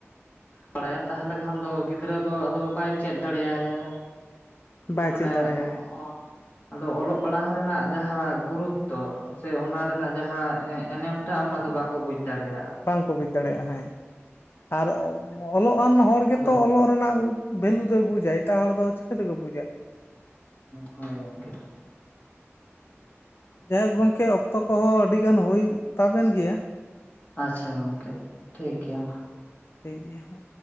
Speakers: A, on the left (about 40°); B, on the left (about 55°).
A: ᱵᱟᱲᱟᱭᱟ ᱛᱟᱦᱚᱞᱮ ᱠᱷᱟᱱ ᱫᱚ ᱜᱤᱫᱽᱨᱟᱹ ᱫᱚ ᱟᱫᱚ ᱵᱟᱭ ᱪᱮᱫ ᱫᱟᱲᱮᱭᱟᱭᱟ
B: ᱵᱟᱭ
A: ᱢᱟᱱᱮ
B: ᱪᱮᱫ
A: <unintelligible>
B: ᱫᱟᱲᱮᱭᱟᱭ
A: ᱟᱫᱚ ᱚᱞᱚᱜ ᱯᱟᱲᱦᱟᱣ ᱨᱮᱱᱟᱜ ᱡᱟᱦᱟᱸ ᱜᱩᱨᱩᱛᱛᱚ ᱥᱮ ᱚᱱᱟ ᱨᱮᱱᱟᱜ ᱡᱟᱦᱟᱸ ᱮᱱᱮᱢ ᱴᱟᱜ ᱚᱱᱟ ᱫᱚ ᱵᱟᱠᱚ ᱵᱩᱡᱽ ᱫᱟᱲᱮᱭᱟᱜᱼᱟ
B: ᱠᱟᱠᱚ ᱵᱩᱡᱽ ᱫᱟᱲᱮᱭᱟᱜᱼᱟ ᱦᱮᱸ ᱟᱨ ᱚᱞᱚᱜᱱ ᱦᱚᱲ ᱜᱮᱛᱚ
A: ᱟᱫᱚ
B: ᱚᱞᱚᱜ ᱨᱮᱱᱟᱜ ᱵᱷᱮᱞᱩ ᱫᱚᱭ ᱵᱩᱡᱟ ᱮᱴᱟᱜ ᱦᱚᱲ ᱫᱚ ᱪᱤᱠᱟᱹ ᱛᱮᱠᱚ ᱵᱩᱡᱟ
A: ᱦᱳᱭ ᱜᱚᱢᱠᱮ
B: ᱡᱟᱭᱦᱳᱠ ᱜᱚᱢᱠᱮ ᱚᱠᱛᱚ ᱠᱚᱦᱚᱸ ᱟᱹᱰᱤ ᱜᱟᱱ ᱦᱩᱭ ᱛᱟᱵ ᱮᱱ ᱜᱮᱭᱟ
A: ᱟᱪᱪᱷᱟ ᱜᱚᱢᱠᱮ ᱴᱷᱤᱠ ᱜᱮᱭᱟ ᱢᱟ
B: ᱴᱤᱠ ᱜᱮᱭᱟ ᱱᱟ